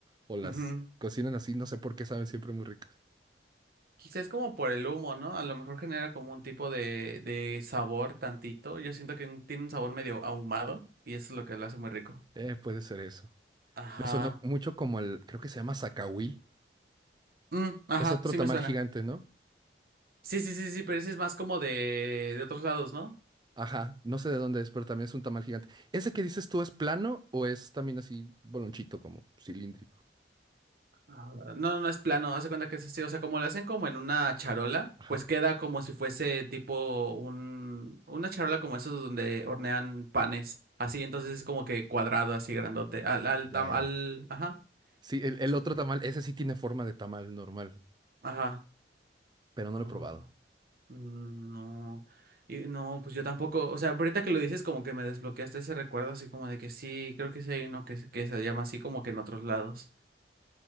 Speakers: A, on the right; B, on the right.
A: o las
B: ujú.
A: cocinan así. No sé por qué saben siempre muy ricas.
B: Quizás como por el humo, ¿no? A lo mejor genera como un tipo de, de sabor tantito. Yo siento que un- tiene un sabor medio ahumado y eso es lo que lo hace muy rico.
A: Eh, puede ser eso.
B: Ajá.
A: Me sonó mucho como el, creo que se llama zacahuil.
B: Mm, ajá,
A: Es otro
B: sí
A: tamal
B: me suena.
A: gigante, ¿no?
B: Sí, sí, sí, sí, pero ese es más como de, de otros lados, ¿no?
A: Ajá, no sé de dónde es, pero también es un tamal gigante. ¿Ese que dices tú es plano o es también así bolonchito, como cilíndrico?
B: Ah, No, no no, es plano, hace cuenta que es así, o sea, como lo hacen como en una charola,
A: Ajá.
B: pues queda como si fuese tipo un, una charola como esos donde hornean panes, así, entonces es como que cuadrado, así grandote, al, al,
A: Ya,
B: tam-
A: ya.
B: al, ajá,
A: Sí, el, el
B: sí,
A: otro tamal, ese sí tiene forma de tamal normal,
B: ajá,
A: pero no
B: ah,
A: lo he probado.
B: mm, no, y no, pues yo tampoco, o sea, ahorita que lo dices como que me desbloqueaste ese recuerdo, así como de que sí, creo que sí hay uno que, se- que se llama así como que en otros lados,